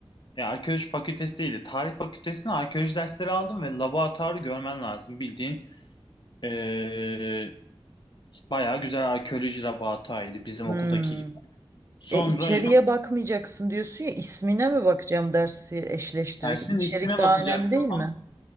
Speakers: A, on the left; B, on the right.
A: yani arkeoloji fakültesi değildi. Tarih fakültesinde arkeoloji dersleri aldım ve laboratuvarı görmen lazım. Bildiğin ee, bayağı güzel arkeoloji laboratuvarıydı bizim
B: Hmm.
A: okuldaki gibi. Sonra
B: E içeriye bakmayacaksın diyorsun ya ismine mi bakacağım dersi eşleştirirken?
A: Dersin
B: İçerik
A: ismine
B: daha
A: bakacaksın
B: önemli değil
A: ama
B: mi?